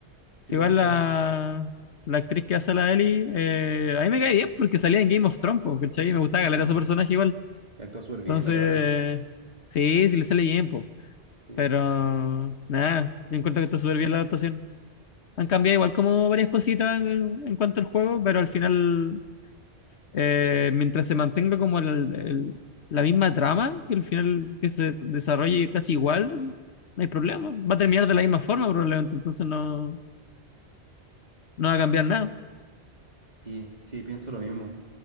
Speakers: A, on the right; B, on the left.
A: si
B: Igual
A: te gusta
B: la,
A: eso.
B: la actriz que hace a la Ellie, eh, a mí me cae bien porque salía en Game of Thrones, po, ¿cachai? Me gustaba caleta
A: Sí, pues.
B: su personaje igual.
A: Y actúa súper bien
B: Entonces,
A: la cabra.
B: sí, sí le sale bien, pues.
A: Sí.
B: Pero, nada, yo encuentro que está súper bien la adaptación. Han cambiado igual como varias cositas en, en cuanto al juego, pero al final, eh, mientras se mantenga como el- el- la misma trama, que al final que se desarrolle casi igual, no hay problema. Va a terminar de la misma forma probablemente, entonces no, no va a cambiar nada.
A: Sí, sí, pienso lo mismo.